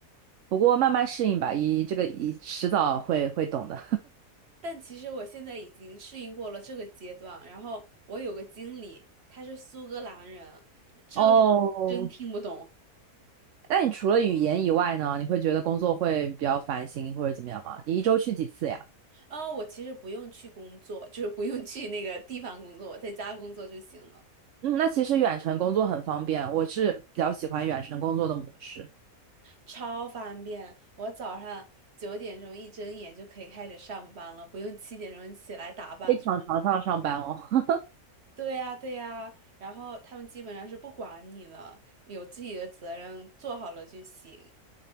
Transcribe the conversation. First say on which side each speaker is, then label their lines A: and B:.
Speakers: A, on the right; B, on the right.
A: 不过慢慢适应吧，一这个一迟早会会懂的。
B: 但其实我现在已经适应过了这个阶段。然后我有个经理，他是苏格兰人，这个是真听不懂。
A: <laughs> 哦，那你除了语言以外呢，你会觉得工作会比较烦心或者怎么样吗？你一周去几次呀？
B: 哦，我其实不用去工作，就是不用去那个地方工作，我在家工作就行了。
A: 嗯，那其实远程工作很方便，我是比较喜欢远程工作的模式，
B: 超方便。我早上九点钟一睁眼就可以开始上班了，不用七点钟起来打扮出。
A: 非常常上上班哦。<laughs>
B: 对呀，对呀，然后他们基本上是不管你的，有自己的责任，做好了就行。